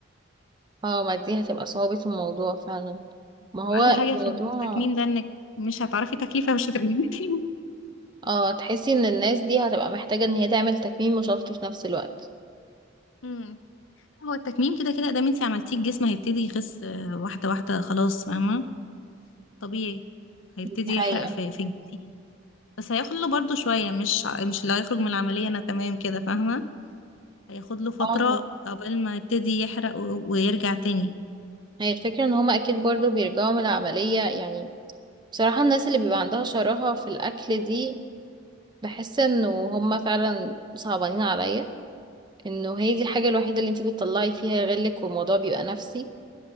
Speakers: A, on the right; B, on the left.
A: اه ما دي هتبقى صعوبة الموضوع فعلا ما
B: هو
A: هو
B: أحلى
A: الموضوع
B: حاجة في التكميم ده إنك مش هتعرفي تكلفة مش هترجعي تاني
A: اه تحسي ان الناس دي هتبقى محتاجه ان هي تعمل تكميم وشفط في نفس الوقت
B: امم هو التكميم كده كده دام انت عملتيه الجسم هيبتدي يخس آه، واحدة واحدة خلاص فاهمة طبيعي هيبتدي
A: دي حقيقه
B: يحرق في في الجسم بس هياخد له برضه شوية مش ع- مش اللي هيخرج من العملية أنا تمام كده فاهمة هياخد له فترة
A: اه طبعا
B: قبل ما يبتدي يحرق و- ويرجع تاني
A: هي الفكره ان هما اكيد برضو بيرجعوا من العمليه يعني بصراحه الناس اللي بيبقى عندها شراهه في الاكل دي بحس انه هما فعلا صعبانين عليا انه هي دي الحاجه الوحيده اللي انتي بتطلعي فيها غلك والموضوع بيبقى نفسي